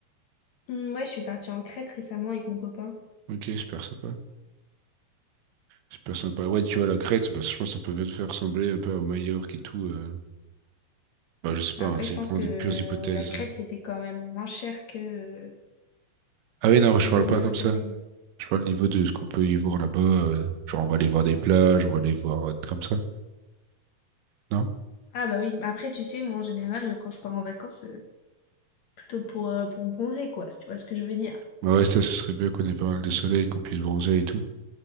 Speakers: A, on the left; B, on the right.
A: Hum, ouais, je suis partie en Crète récemment avec mon copain.
B: Ok, super sympa. Super sympa. Ouais, tu vois, la Crète, bah, je pense que ça peut te faire ressembler un peu à Majorque et tout. euh. Bah, je sais pas,
A: Après,
B: hein, c'est
A: je pense
B: vraiment
A: que
B: des
A: euh,
B: pures hypothèses.
A: la Crète, c'était quand même moins cher que, euh,
B: Ah oui, non,
A: que
B: je parle
A: Minorque
B: pas comme ça.
A: et Mayotte.
B: Je parle au niveau de ce qu'on peut y voir là-bas. euh, genre, on va aller voir des plages, on va aller voir euh, comme ça. Non?
A: Ah bah oui, après, tu sais, moi, en général, quand je pars en vacances, euh, plutôt pour, euh, pour bronzer, quoi, si tu vois ce que je veux dire.
B: Bah ouais, ça, ce serait bien qu'on ait pas mal de soleil, qu'on puisse bronzer et tout.